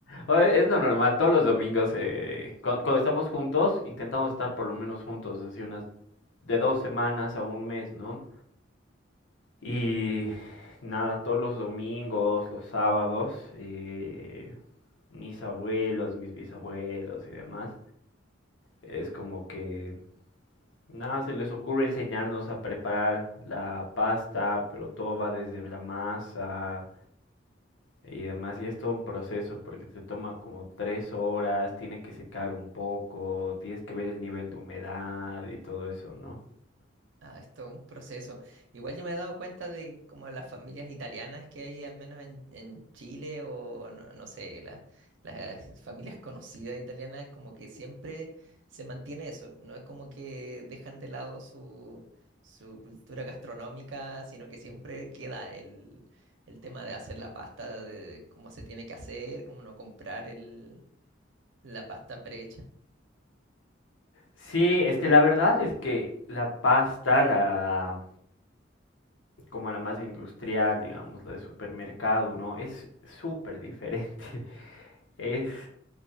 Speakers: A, on the left; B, on the right.
A: O- Es lo normal, todos los domingos, eh, cuan- cuando estamos juntos, intentamos estar por lo menos juntos, así unas de dos semanas a un mes, ¿no? Y nada, todos los domingos, los sábados, eh, mis abuelos, mis bisabuelos y demás, es como que nada, se les ocurre enseñarnos a preparar la pasta, pero todo va desde la masa y demás. Y es todo un proceso porque te toma como tres horas, tiene que secar un poco, tienes que ver el nivel de humedad y todo eso, ¿no?
B: Ah, esto es un proceso. Igual yo me he dado cuenta de como las familias italianas que hay, al menos en, en Chile, o no, no sé, las, las familias conocidas italianas, es como que siempre se mantiene eso. No es como que dejan de lado su, su cultura gastronómica, sino que siempre queda el, el tema de hacer la pasta, de cómo se tiene que hacer, cómo no comprar el, la pasta prehecha.
A: Sí, es que la verdad es que la pasta, la como la más industrial, digamos, la de supermercado, ¿no? Es súper diferente. <laughs> Es,